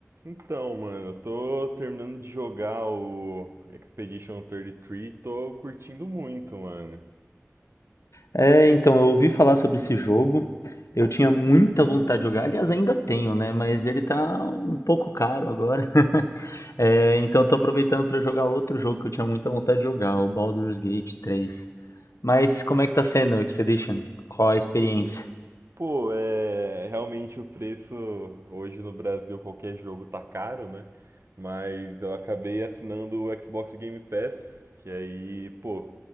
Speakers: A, on the right; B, on the left.
A: Então, mano, eu tô terminando de jogar o Expedition 33 e três, e tô curtindo muito, mano.
B: É, então, eu ouvi falar sobre esse jogo. Eu tinha muita vontade de jogar, aliás, ainda tenho, né? Mas ele tá um pouco caro agora. <laughs> É, então, eu tô aproveitando pra jogar outro jogo que eu tinha muita vontade de jogar, o Baldur's Gate 3. Mas como é que tá sendo o Expedition? Qual a experiência?
A: Pô, é realmente o preço hoje no Brasil qualquer jogo tá caro, né? Mas eu acabei assinando o Xbox Game Pass, que aí, pô,